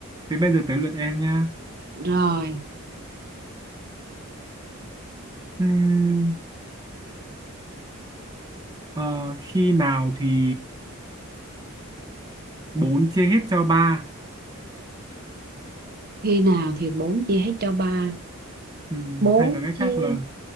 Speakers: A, on the right; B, on the right.
A: thế bây giờ tới lượt em nha
B: Rồi,
A: Ừm, ờ, khi nào thì bốn chia hết cho ba
B: khi nào thì bốn chia hết cho ba.
A: Ừm,
B: Bốn
A: hay nói cách
B: chia,
A: khác là